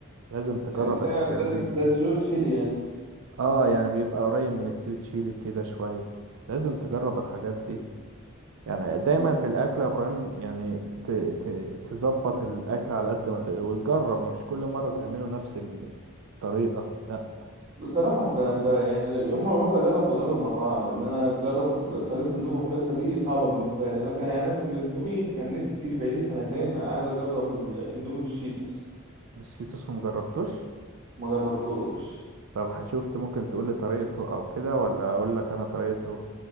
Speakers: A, on the right; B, on the right.
A: لازم تجرب
B: لا ده
A: الحاجات
B: ده
A: دي
B: زي السوشي تشيلي
A: اه يعني بيبقى قريب من السويت شيلي كده شوية لازم تجرب الحاجات دي يعني دايما
B: يعني
A: في الاكل يا ابراهيم يعني ت- ت- تظبط الاكل على قد ما ت... وتجرب مش كل مرة تعمله نفس الطريقة لا
B: بصراحة ب... ب... يعني يوم ما بعوز أجرب بجرب مطاعم إن أنا أجرب طريقة أندومي مختلفة دي صعبة بالنسبة لي أنا كان يعني أنا في الأندومي كان نفسي بقالي سنتين عايز أجرب الأندومي بالشيتوس
A: مش في مجربتوش
B: ما جربتوش
A: طب شفت ممكن تقولي طريقته او كده ولا اقول لك انا طريقته